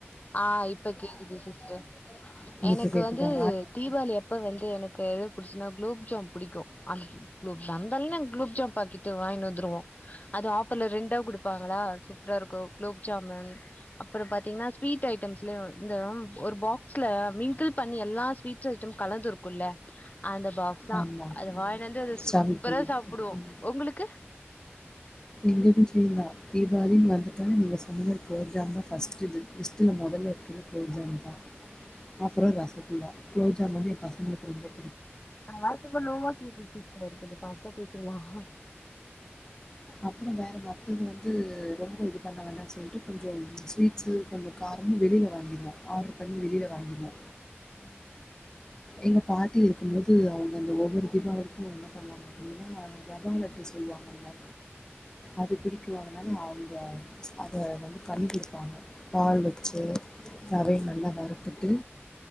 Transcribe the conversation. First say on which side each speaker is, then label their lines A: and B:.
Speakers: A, on the left; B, on the left.
A: ஆ இப்ப கேக்குது சிஸ்டர்
B: உங்களுக்கு
A: எனக்கு
B: கேக்குதா
A: வந்து தீவாளி அப்ப வந்து எனக்கு எது புடிச்சுதுனா குலோப்ஜாம் புடிக்கு அந் குலோ வந்தன்னே குலோப்ஜாம் பாக்கெட்டு வாங்கினு வந்துருவோ அது ஆஃபர்ல ரெண்டா குடுப்பாங்களா சூப்ரா இருக்கு குலோப்ஜாமுன் அப்ற பாத்திங்னா ஸ்வீட் ஐட்டம்ஸ்லயு இந்த ஒரு பாக்ஸ்ல மிங்கிள் பண்ணி எல்லா ஸ்வீட்ஸ் ஐட்டமு கலந்து இருக்குல்ல அந்த பாக்ஸ்தா
B: ஆமா
A: அத வாங்கினு வந்து அது சூப்பரா
B: ஸ்டார்ட் பண்ணிருக்கேன்.
A: சாப்புடுவோ உங்களுக்கு
B: எங்க வீட்லயுந்தா தீபாவளின்னு வந்துட்டாலே நீங்க சொன்ன மாரி குலோப்ஜாமுன்தா ஃபஸ்ட்டு இருக்கு லிஸ்ட்டுல மொதல்ல இருக்குறது குலோப்ஜாமூன்தா அப்புறோ ரசகுல்லா குலோப்ஜாமு வந்து எ பசங்களுக்கு வந்து
A: உங்க வாய்ஸ் ரொம்ப லோவா கேக்குது சிஸ்டர் கொஞ்ச ஃபாஸ்டா பேசுறிங்களா
B: அப்புற வேற மத்தது வந்து ரொம்ப இது பண்ண வேண்டான்னு சொல்ட்டு கொஞ்சோ ம் ஸ்வீட்ஸு கொஞ்சோ காரமு வெளில வாங்கிருவோ ஆர்ட்ரு பண்ணி வெளில வாங்கிருவோ
A: ம்
B: எங்க பாட்டி இருக்கும்போது அவங்க அந்த ஒவ்வொரு தீபாவளிக்கு என்ன பண்ணுவாங்க அப்படின்னா இந்த ரவா லட்டு சொல்லுவாங்கல்ல அது பிடிக்குவாங்க அந்த மாரி அவங்க அத வந்து பண்ணி குடுப்பாங்க பால் வச்சு
A: ம்
B: ரவைய நல்லா வறு த்துட்டு